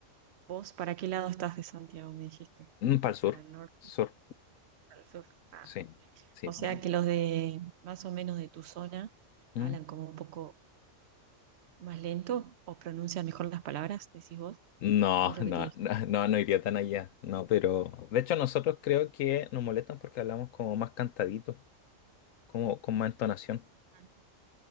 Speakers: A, on the right (about 60°); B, on the left (about 80°).
A: Vos, ¿para qué lado estás de Santiago? Me dijiste.
B: Para el sur.
A: Para el norte,
B: Sur.
A: para el sur. Ah.
B: Sí. Sí,
A: O sea
B: bien.
A: que los de más o menos de tu zona
B: Mm.
A: hablan como un poco más lento o pronuncian mejor las palabras, decís vos,
B: No,
A: o es lo
B: no,
A: que te dicen.
B: no, no, no iría tan allá. No, pero. De hecho, nosotros creo que nos molestan porque hablamos como más cantadito, como con más entonación.
A: Ah,